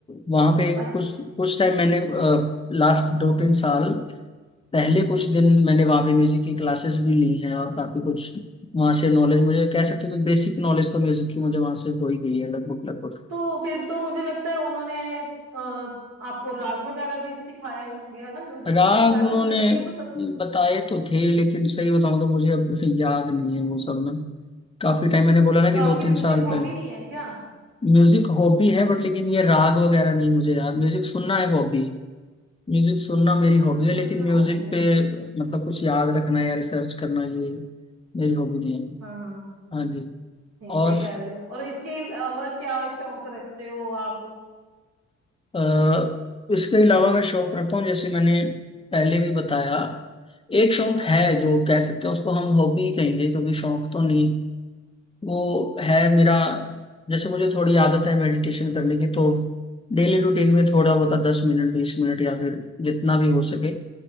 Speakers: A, on the left; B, on the right.
A: वहाँ पे
B: अच्छ-
A: कुछ कुछ टाइम मैंने लास्ट दो तीन साल पहले कुछ दिन मैंने वहाँ पे म्यूजिक की क्लासेस भी ली हैं और काफी कुछ वहाँ से नॉलेज मुझे कह सकते हो तो बेसिक नॉलेज तो म्यूजिक की मुझे वहाँ से हो ही गई है लगभग लगभग
B: तो फिर तो मुझे लगता है उन्होंने अ, आपको राग वगैरह भी सिखाए होंगे है ना म्यूजिक
A: राग
B: की जब क्लासेस
A: उन्होंने
B: लगती है तो सबसे
A: बताए तो थे लेकिन सही बताऊं तो मुझे अब याद नहीं है वो सब ना काफी टाइम मैंने बोला ना कि
B: तो आपकी
A: दो तीन
B: म्यूजिक
A: साल
B: हॉबी
A: पहले
B: नहीं है क्या
A: म्यूजिक हॉबी है बट लेकिन ये राग वगैरह नहीं मुझे याद म्यूजिक सुनना है हॉबी म्यूजिक सुनना मेरी
B: अच्छा
A: हॉबी है
B: सुनना
A: लेकिन म्यूजिक
B: हॉबी है
A: पे मतलब कुछ याद रखना या रिसर्च करना ये मेरी हॉबी नहीं है
B: हाँ हाँ
A: हाँ जी
B: नहीं सही
A: और
B: कह रहे हो और इसके अलावा क्या शौक रखते हो आप
A: अ, इसके अलावा मैं शौक रखता हूँ जैसे मैंने पहले भी बताया एक शौक है जो कह सकते हैं उसको हम हॉबी कहेंगे क्योंकि शौक तो नहीं वो है मेरा जैसे मुझे थोड़ी आदत है मेडिटेशन करने की तो डेली रूटीन में थोड़ा बहुत दस मिनट बीस मिनट या फिर जितना भी हो सके